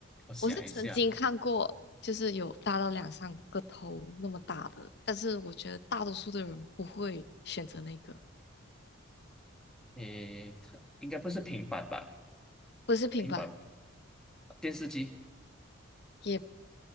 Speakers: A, in the centre; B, on the left.
A: 我想一下，
B: 我是曾经看过，就是有大到两三个头那么大的，但是我觉得大多数的人不会选择那个，
A: 诶，它应该不是平板吧？
B: 不是平板，
A: 平板电视机，
B: 也